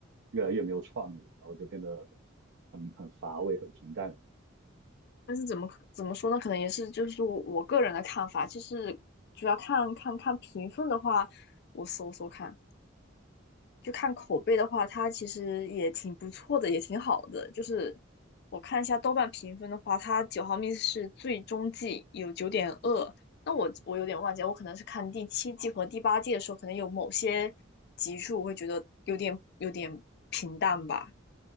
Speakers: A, on the right (about 65°); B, on the left (about 55°).
A: 越来越没有创意，然后就变得很很乏味、很平淡。
B: 但是怎么可怎么说呢？可能也是就是我我个人的看法，就是主要看看看评分的话，我搜搜看，就看口碑的话，它其实也挺不错的，也挺好的。就是我看一下豆瓣评分的话，它九毫米是最终季有九点二，那我我有点忘记了我可能是看第七季和第八季的时候，可能有某些集数我会觉得有点有点平淡吧。